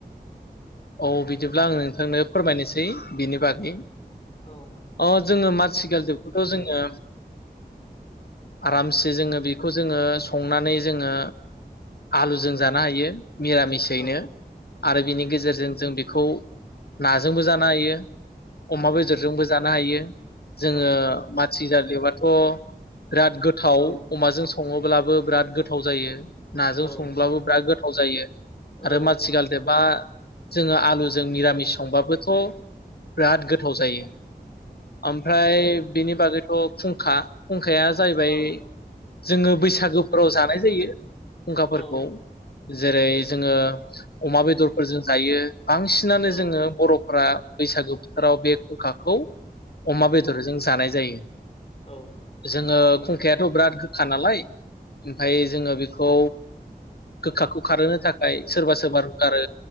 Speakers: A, on the left; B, on the left.
A: औ बिदिब्ला आं नोंथांनो फोरमायनोसै बिनि बागै
B: औ
A: अ जोङो माथिगालदाब खौथ' जोङो आरामसे जोङो बेखौ जोङो संनानै जोङो आलुजों जानो हायो। मिरामिसयैनो
B: औ
A: आरो बिनि गेजेरजों जों बेखौ नाजोंबो जानो हायो
B: औ
A: अमा बेदरजोंबो जानो हायो जोङो
B: औ
A: मा माथिगाल <unintelligible> थ' बिराद गोथाव
B: औ
A: अमाजों सङोबा अब्लाबो बिराद गोथाव जायो। नाजों
B: औ
A: संब्लाबो बिराद गोथाव थाव जायो आरो
B: औ
A: मासिगाल बा जोङो आलुजों निरामिस संबाबोथ' बिराद गोथाव जायो। ओमफ्राय बेनि बागैथ' फुंखा खुंखाया जाहैबाय
B: औ
A: जोङो बैसागुफोराव जानाय जायो। खुंखाफोरखौ
B: औ
A: जेरै- जोङो अमा बेदरफोरजों जायो। बांसिनानो
B: औ
A: जोङो बर'फ्रा बैसागु बोथोराव बे खुंखाखौ अमा बेदरजों जानाय जायो।
B: औ
A: जोङो खुंखायाथ' बिराद गोखा नालाय ओमफ्राय जोङो बेखौ गोखाखौ खारहोनो थाखाय सोरबा-सोरबा आरो
B: औ